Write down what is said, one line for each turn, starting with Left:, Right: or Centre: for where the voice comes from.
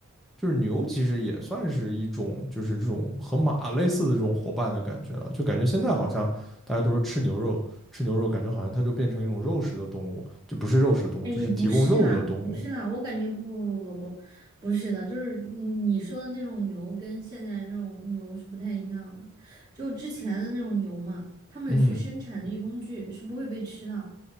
Centre: 就是牛其实也算是一种，就是这种和马类似的这种伙伴的感觉了。就感觉现在好像大家都说吃牛肉，吃牛肉感觉好像它就变成一种肉食的动物，就不是肉食动物，
Right: 哎也不是啊，
Centre: 就是提供肉的动物。
Right: 不是啦，我感觉不不不不不不是的，就是你说的那种牛跟现在这种牛是不太一样的，就之前的那种牛嘛，他们是生产力工具，
Centre: 嗯，
Right: 是不会被吃的。